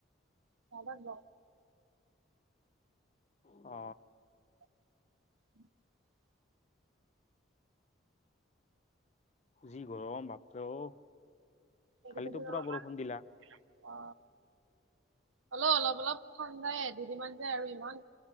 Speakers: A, on the right; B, on the left.
A: চাইদত বহ
B: অ
A: <unintelligible>
B: যি গৰম বাপৰে অ
A: সেই
B: কালিতো
A: <unintelligible>
B: পুৰা বৰষুণ দিলা
A: অ হলোও অলপ অলপ ঠাণ্ডাই দুদিনমান যে আৰু ইমান